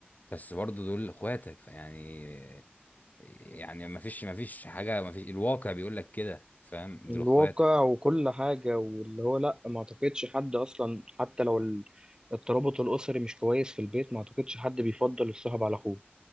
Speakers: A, on the left; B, on the right.
A: بس برضه دول اخواتك فيعني يعني ما فيش ما فيش حاجة ما فيش الواقع بيقول لك كده فاهم
B: الواقع
A: دول اخواتك
B: وكل حاجة واللي هو لأ ما أعتقدش حد أصلا حتى لو ال- الترابط الأسري مش كويس في البيت ما أعتقدش حد بيفضل الصاحب على أخوه